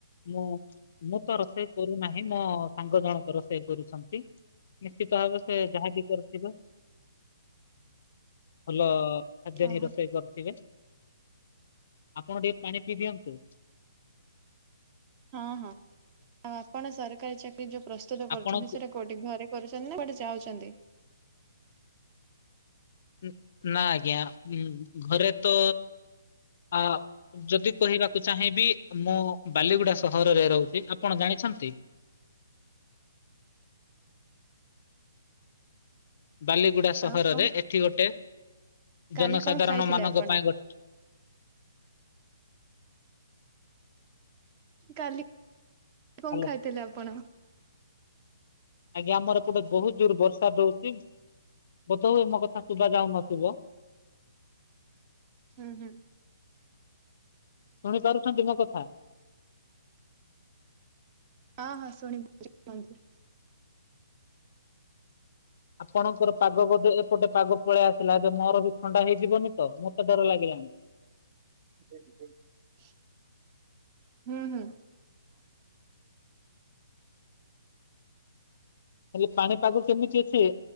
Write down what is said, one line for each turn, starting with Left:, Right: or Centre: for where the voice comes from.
Left: ମୁଁ-ମୁଁ ତ ରୋଷେଇ କରୁନାହିଁ। ମୋ ସାଙ୍ଗ ଜଣଙ୍କ ରୋଷେଇ କରୁଛନ୍ତି। ନିଶ୍ଚିତ ଭାବ ସେ, ଯାହାବି କରୁଥିବ, ଭଲ ଖାଦ୍ୟ
Right: ଓହୋ
Left: ହି ରୋଷେଇ କରୁଥିବେ। ଆପଣ ଟିକେ ପାଣି ପିଇ ଦିଅନ୍ତୁ।
Right: ହଁ ହଁ ଆଉ ଆପଣ ସରକାରୀ ଚାକିରି ଯୋଉ ପ୍ରସ୍ତୁତ କରୁଛନ୍ତି
Left: ଆପଣଙ୍କୁ
Right: ସେଟା କୋଉଠି ଘରେ କରୁଛନ୍ତି ନା କୁଆଡ଼େ ଯାଉଛନ୍ତି।
Left: ଉଁ ନା ଆଜ୍ଞା ଉଁ ଘରେ ତ ଆ ଯଦି କହିବାକୁ ଚାହିଁବି ମୁଁ ବାଲିଗୁଡା ସହରରେ ରହୁଚି ଆପଣ ଜାଣିଛନ୍ତି। ବାଲିଗୁଡା ସହରରେ
Right: ଆଉ କଣ
Left: ଏଠି ଗୋଟେ
Right: କାଲି
Left: ଜନସାଧାରଣ
Right: କଣ ଖାଇଥିଲେ
Left: ମାନଙ୍କ
Right: ଆପଣ?
Left: ପାଇଁ ଗୋ
Right: କାଲି କଣ
Left: ଭଲ
Right: ଖାଇଥିଲେ ଆପଣ
Left: ଆଜ୍ଞା ଆମର ଏପଟେ ବହୁତ ଜୋର ବର୍ଷା ଦୋଉଚି ବୋଧହୁଏ ଆମ କଥା ଶୁଭ ଯାଉନଥିବ।
Right: ହୁଁ ହୁଁ।
Left: ଶୁଣିପାରୁଚନ୍ତି ମୋ କଥା।
Right: ହଁ ହଁ ଶୁଣି <unintelligible> କୁହନ୍ତୁ।
Left: ଆପଣଙ୍କର ପାଗ ବୋଧେ ଏପଟେ ପାଗ ପଳେଇ ଆସିଲା ଏବେ ମୋର ବି ଥଣ୍ଡା ହେଇଯିବନି ତ ମତେ ଡର ଲାଗିଲାଣି।
Right: <unintelligible> ହୁଁ ହୁଁ।
Left: ହେଲେ ପାଣିପାଗ କେମିତି ଅଛି।